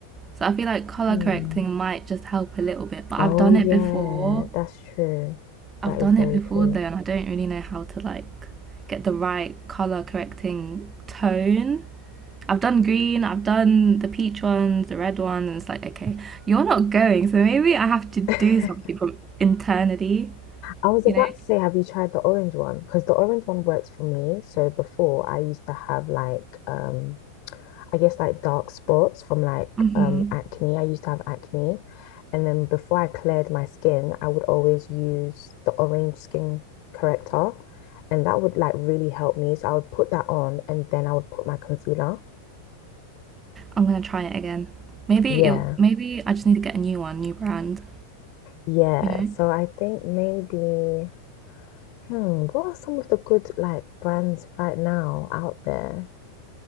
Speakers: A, on the right (about 20°); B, on the left (about 45°).
A: So I feel like color
B: Hmm.
A: correcting might just help a little bit. But
B: Oh
A: I've done
B: yeah,
A: it before.
B: that's true. That
A: I've
B: is
A: done
B: very
A: it before
B: true.
A: though, and
B: <laughs>
A: I don't really know how to like get the right color correcting tone. I've done green, I've done the peach ones, the red ones, and it's like, okay, you're not going, so maybe I have to do
B: I
A: something from internally,
B: was
A: you
B: about
A: know?
B: to say, have you tried the orange one? Because the orange one works for me. So before I used to have like um I guess like dark spots from like
A: hmm
B: um acne. I used to have acne. And then before I cleared my skin, I would always use the orange skin corrector. And that would like really help me. So I would put that on and then I would put my concealer.
A: I'm gonna try it again. Maybe
B: Yeah.
A: it, maybe I just need to get a new one, new brand,
B: Yeah.
A: you know?
B: So I think maybe, hmm, what are some of the good like brands right now out there?